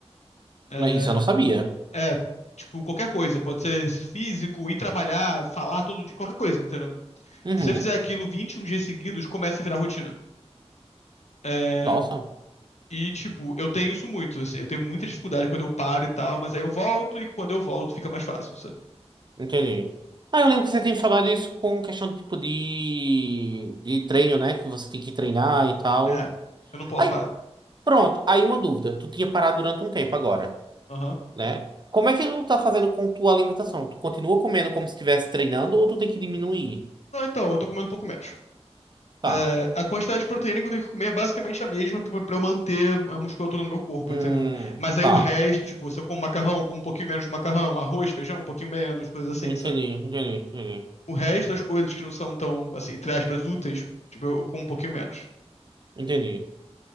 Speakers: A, on the left; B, on the right.
A: É,
B: Mas Isso eu não sabia.
A: É, tipo, qualquer coisa. Pode ser físico, ir trabalhar, falar todo dia, qualquer coisa, entendeu?
B: Uhum.
A: Se você fizer aquilo 21 dias seguidos, começa a virar rotina. É,
B: Nossa.
A: e, tipo, eu tenho isso muito, assim. Eu tenho muita dificuldade quando eu paro e tal, mas aí eu volto e quando eu volto fica mais fácil, sabe?
B: Entendi. Ah, eu lembro que você tem falado isso com questão de tipo de, de treino, né? Que você tem que treinar e tal.
A: É, eu não posso
B: Aí,
A: parar.
B: pronto. Aí uma dúvida. Tu tinha parado durante um tempo agora,
A: Aham.
B: né? Como é que tu tá fazendo com tua alimentação? Tu continua comendo como se estivesse treinando ou tu tem que diminuir?
A: Não, então, eu tô comendo um pouco menos.
B: Tá.
A: É, a quantidade de proteína que eu tenho que comer é basicamente a mesma pra, pra eu manter a musculatura no meu corpo,
B: Hum,
A: entendeu? Mas aí
B: tá.
A: o resto, tipo, se eu como macarrão, eu como um pouquinho menos de macarrão, arroz, feijão, um pouquinho menos, coisas assim,
B: Entendi,
A: sabe?
B: entendi, entendi.
A: O resto das coisas que não são tão, assim, entre aspas, úteis, tipo, eu como um pouquinho menos.
B: Entendi.